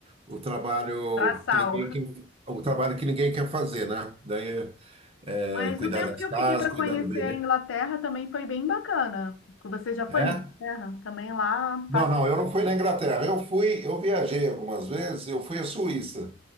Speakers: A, on the right (about 30°); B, on the left (about 75°).
A: o trabalho
B: Braçal.
A: que ninguém, que- o trabalho que ninguém quer fazer, né? Daí, é,
B: Mas
A: cuidar
B: o tempo
A: das
B: que
A: casas,
B: eu fiquei para
A: cuidar
B: conhecer
A: do bebê.
B: a Inglaterra também foi bem bacana. Você já foi
A: É?
B: na Inglaterra? Também lá,
A: Não,
B: pacificando.
A: não, eu não fui na Inglaterra. Eu fui, eu viajei algumas vezes, eu fui à Suíça.